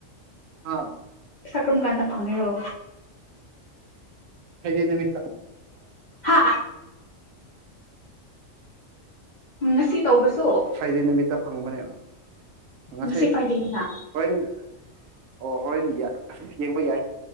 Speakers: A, on the right; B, on the left.
A: ꯑꯥ
B: ꯁꯀ꯭ꯔꯝ ꯀꯥꯟꯗ ꯐꯪꯉꯤꯔꯣ
A: ꯍꯥꯏꯩꯗꯤ ꯅꯨꯃꯤꯠꯇ
B: ꯍꯥ ꯎ ꯉꯁꯤ ꯇꯧꯕꯁꯨ
A: ꯐ꯭ꯔꯥꯏꯗꯦ ꯅꯨꯃꯤꯠꯇ ꯐꯪꯕꯅꯦ ꯉꯁꯦ
B: ꯉꯁꯤ ꯐ꯭ꯔꯥꯏꯗꯦꯅꯤꯅ
A: ꯍꯦꯟ ꯑꯣ ꯍꯣꯔꯦꯟ ꯌꯦꯡꯕ ꯌꯥꯏ